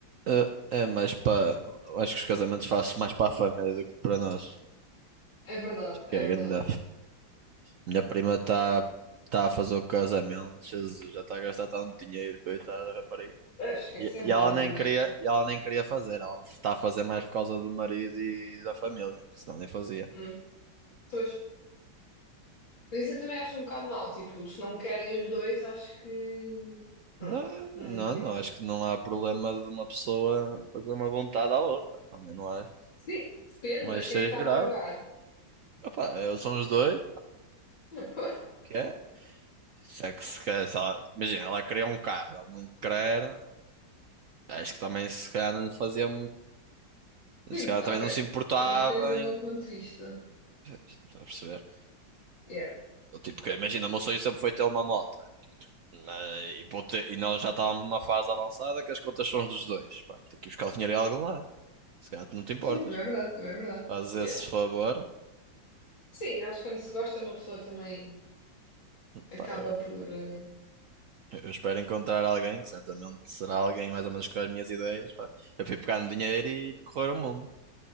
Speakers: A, on the right (about 85°); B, on the left (about 75°).
A: É, é é mais para. Acho que os casamentos fazem mais para a família do que para nós.
B: É verdade, é
A: Que é
B: verdade.
A: grande. Minha prima está tá a fazer o casamento, Jesus, já está a gastar tanto dinheiro, coitada da rapariga.
B: Ah, Esquece,
A: E,
B: é
A: e
B: bué
A: ela
B: de
A: nem
B: dinheiro.
A: queria, e ela nem queria fazer, ela está a fazer mais por causa do marido e da família, senão nem fazia.
B: Hum, pois. Mas isso eu também acho um bocado mal. Tipo, se não querem os dois, acho que. Pronto,
A: Não,
B: não
A: não,
B: devia.
A: não, acho que não há problema de uma pessoa fazer uma vontade à outra. Também não acho,
B: Sim, depende,
A: não
B: mas
A: acho
B: quem
A: que seja
B: é que está
A: grave.
B: a pagar?
A: Opa, eh, são os dois,
B: <laughs>
A: que é? Se é que se quer, se ela- imagina, ela queria um carro, ele não quer, acho que também se calhar não lhe fazia
B: Sim,
A: Se calhar
B: ok.
A: também não se importava
B: Também tens um
A: em.
B: bom ponto de vista.
A: Estás a perceber?
B: Yeah.
A: Eu, Tipo, que imagina, o meu sonho sempre foi ter uma moto. Mas- E, vou ter- e nós já estávamos numa fase avançada que as contas são dos dois. Pá, tem que ir buscar o dinheiro em algum lado. Se calhar tu não te importas.
B: Sim, também é verdade, também é verdade.
A: Faz esse
B: Yeah.
A: favor.
B: Sim, acho que quando se gosta, uma pessoa também acaba
A: Pá, eu,
B: por. eh,
A: eu espero encontrar alguém que certamente será alguém mais ou menos com as minhas ideias. Pá. Eu fui pegar no dinheiro e ir correr o mundo.